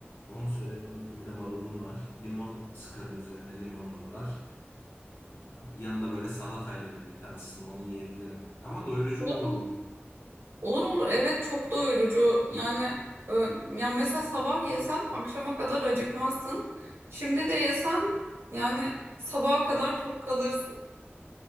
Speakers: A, on the left (about 65°); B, on the right (about 65°).
A: Onu söylemeyi unuttum. Bir de marulum var. Limon sıkarım üzerine. Limon da var. Yanında böyle salatayla birlikte aslında onu yiyebilirim. Ama doyurucu
B: Hı.
A: olur mu?
B: Olur olur evet çok doyurucu yani e, ya mesela sabah yesen akşama kadar acıkmazsın. Şimdi de yesen yani sabaha kadar tok kalırsın.